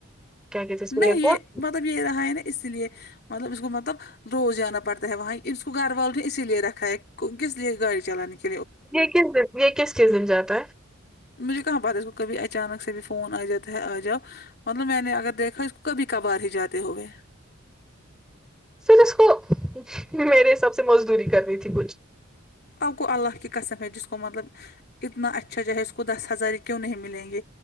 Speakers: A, in the centre; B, on the left.
A: کیا کہتے ہیں اس کو
B: نہیں
A: ایئرپورٹ
B: یہ مطلب یہ رہا ہے نا اسی لیے مطلب اس کو مطلب روز جانا پڑتا ہے وہاں اس کو گھر والوں نے اسی لیے رکھا ہے کس لیے گاڑی چلانے کی
A: یہ کس دن یہ کس کس دن جاتا ہے
B: مجھے کہاں پتہ ہے اس کو کبھی اچانک سے بھی فون آ جاتا ہے آ جا مطلب میں نے اگر دیکھا اس کو کبھی کبھار ہی جاتے ہوئے
A: پھر اس کو میرے حساب سے مزدوری کرنی تھی کچھ
B: آپ کو اللہ کی قسم ہے جس کو مطلب اتنا اچھا جو ہے اس کو دس ہزار کیوں نہیں ملیں گے